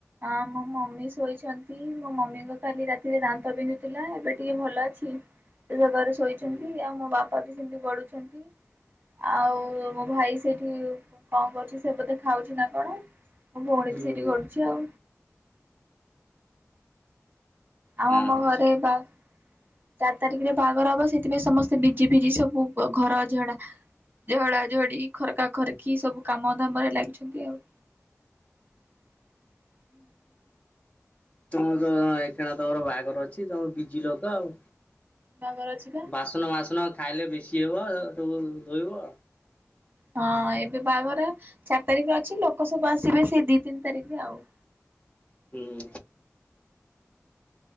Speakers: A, on the right; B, on the left.
A: ହଁ ମୋ ମମି ଶୋଇଛନ୍ତି, ମୋ ମମିଙ୍କ କାଲି ରାତିରେ ଦାନ୍ତ ବିିନ୍ଧୁଥିଲା, ଏବେ ଟିକେ ଭଲ ଅଛି। ଗୋଟେ ଜାଗାରେ ଶୋଇଛନ୍ତି,
B: ହୁଁ
A: ଆଉ ମୋ ବାପା ବି ସେମତି ଗଡୁଛନ୍ତି। ଆଉ ମୋ ଭାଇ ସେଇଠି କଣ କରୁଛି, ସେ ବୋଧେ ଖାଉଛି ନା କଣ? ମୋ ଭଉଣୀ
B: ହୁଁ
A: ତ ସେଇଠି ଗଡୁଛି ଆଉ। ଆଉ ଆମ
B: ଆଚ୍ଛା
A: ଘରେ ବା ଚାରି ତାରିକରେ ବାହାଘର ହବ, ସେଥିପାଇଁ ସମସ୍ତେ ବିଜି ଫିଜି ସବୁ। ଆ ଘର ଝଡ଼ା ଝଡ଼ା ଝଡ଼ି ଖରକା ଖରକି ସବୁ କାମ ଧାମ ରେ ଲାଗିଛନ୍ତି ଆଉ। <inaudible>
B: ତମ ତ ଏ ଖେଣା ତମର ବାହାଘର ଅଛି ତମେ ବିଜି ଲୋକ ଆଉ।
A: ବାଘର ଅଛି। ପା।
B: ବାସନ ମାସନ ଖାଇଲେ ବେଶି ହେବ ଏରା ସବୁ ଧୋଇବ।
A: ହଁ ଏବେ ବାହାଘର ଚାରି ତାରିଖିରେ ଅଛି ଲୋକ ସବୁ ଆସିବେ ସେଇ ଦି ତିନି ତାରିଖିରେ ଆଉ।
B: ହୁଁ।